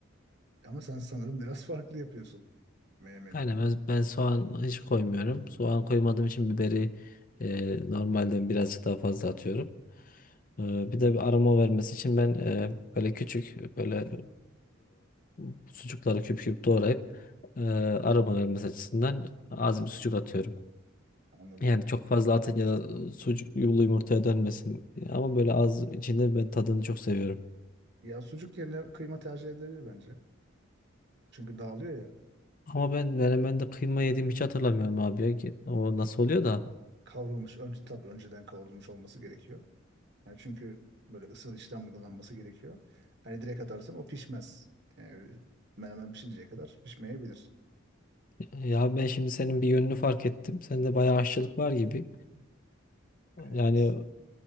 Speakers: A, on the right; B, on the left.
A: Ama sen sanırım biraz farklı yapıyorsun menemeni.
B: Aynen ben, ben soğan hiç koymuyorum. Soğan koymadığım için biberi e, normalden birazcık daha fazla atıyorum. Ee, bir de bir aroma vermesi için ben e, böyle küçük böyle e, sucukları küp küp doğrayıp e, aroma vermesi açısından az bir sucuk atıyorum.
A: Anladım.
B: Yani çok fazla atınca da sucuk yulu yumurtaya dönmesin. Ama böyle az içinde ben tadını çok seviyorum.
A: Ya sucuk yerine kıyma tercih edilebilir bence. Çünkü dağılıyor ya.
B: Ama ben menemende kıyma yediğimi hiç hatırlamıyorum abi ya. Ki O nasıl oluyor da?
A: Kavrulmuş. Önce tabii önceden kavrulmuş olması gerekiyor. Yani çünkü böyle ısıl işlem uygulanması gerekiyor. Hani direkt atarsan o pişmez. Yani menemen pişinceye kadar pişmeyebilir.
B: Ya ben şimdi senin bir yönünü fark ettim. Sende bayağı aşçılık var gibi.
A: Evet.
B: Yani